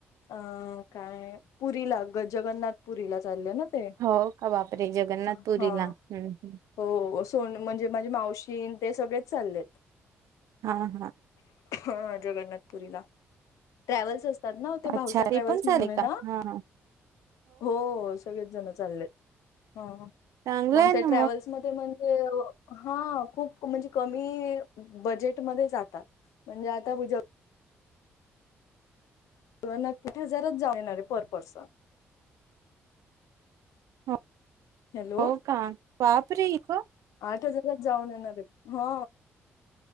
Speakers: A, on the left; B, on the right.
A: अ काय पुरीला ग जगन्नाथपुरीला चाललंय ना ते
B: हो का बापरे जगन्नाथपुरीला
A: हा
B: हम्म हम्म.
A: हो सोन म्हणजे माझे मावशी ते सगळेच चाललेत.
B: हा हा
A: हा जगन्नाथपुरीला ट्रॅव्हल्स असतात ना ते भाऊसा
B: अच्छा
A: ट्रॅव्हल्स
B: पण
A: म्हणून
B: झाले का
A: ना
B: हा हा
A: हो सगडे जण चालय हो हो
B: चांगलं
A: मग
B: आहे
A: त्या
B: ना
A: ट्रॅव्हल्स मध्ये म्हणजे, हा खूप म्हंजे कमी बजेट मध्ये जातात म्हणे आता मी जेव त नापठ हजारात जाऊ येणारे पर पर्सन
B: हो
A: हॅलो
B: हो का पापरे इक
A: आठ हजारात जाऊन येणारे हा.